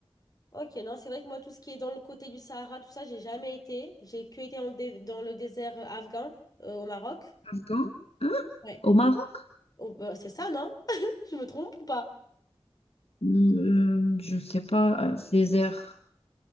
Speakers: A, on the left; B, on the left.
A: Ok, non, c'est vrai que moi, tout ce qui est dans le côté du Sahara, tout ça, j'ai jamais été. J'ai que été dans le, dé- dans le désert euh, afghan, euh, au Maroc.
B: Afghan? Hein?
A: Ouais.
B: Au Maroc?
A: Oh, bah, c'est ça, non? <laughs> Je me trompe ou pas?
B: Hmm, euh, je ne sais pas, euh, les airs.